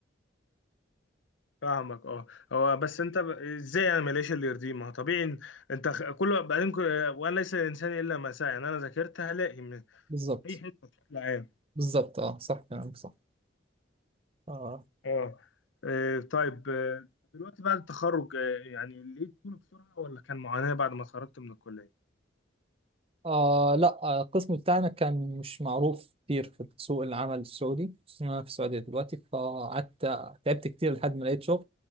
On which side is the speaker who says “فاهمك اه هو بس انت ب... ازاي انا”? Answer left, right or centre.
Left